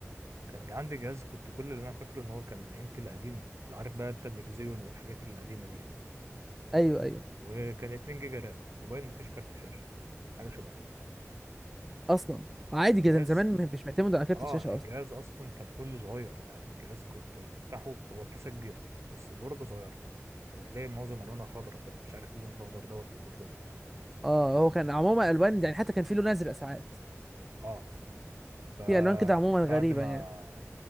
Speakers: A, on the right; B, in the centre.
A: كان عندي جهاز كنت كل اللي انا فاكره ان هو كان انتل قديم اللي عارف بقى انت الاكزيون والحاجات القديمه دي
B: ايوه ايوه
A: وكان 2 جيجا رام وباين مفيش كارت شاشه حاجه شبه كده
B: اصلا عادي
A: الجهاز
B: جدا زمان مش معتمد على كارت
A: اه
B: الشاشه
A: الجهاز
B: اصلا
A: اصلا كان كله صغير يعني الجهاز كنت تفتحه هو كيسه كبيره بس البورده صغيره وتلاقي معظم الوانها خضرا كده مش عارف اللون الاخضر دوت في البوردات
B: اه هو كان عموما الوان يعني حتى كان في لون ازرق ساعات
A: اه فبعد
B: في الوان كده عموما غريبه
A: ما
B: يعني